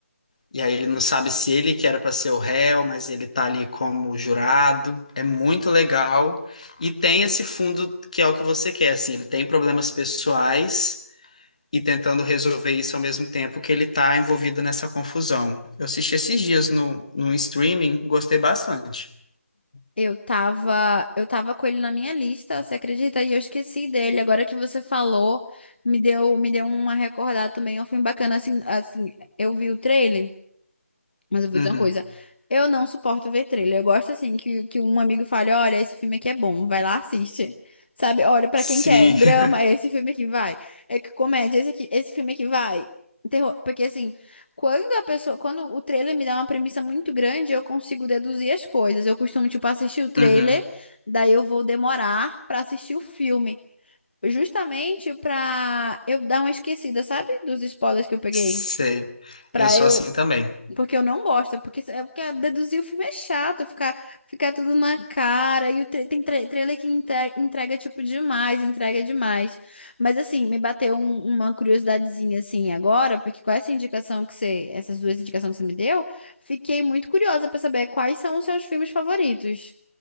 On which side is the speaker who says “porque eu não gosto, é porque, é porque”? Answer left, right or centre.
Left